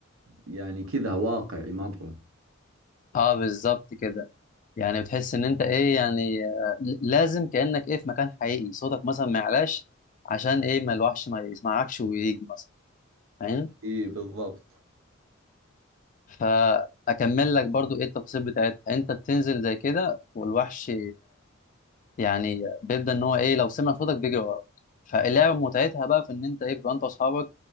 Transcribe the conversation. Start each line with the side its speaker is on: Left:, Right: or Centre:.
Right: يعني كذا واقعي مرة
Left: أه بالظبط كده يعني بتحس إن أنت إيه يعني آه، ل- لازم كأنك إيه في مكان حقيقي صوتك مثلا ما يعلاش عشان إيه ما الوحش ما يسمعكش ويجي مثلا فاهم
Right: اي بالضبط
Left: فأكمل لك برضو إيه التفاصيل بتاعتها أنت بتنزل زي كده والوحش يعني بيبدا ان هو ايه لو سمع صوتك بيجري وراك فاللعبه متعتها بقى في ان انت ايه بيبقى انت واصحابك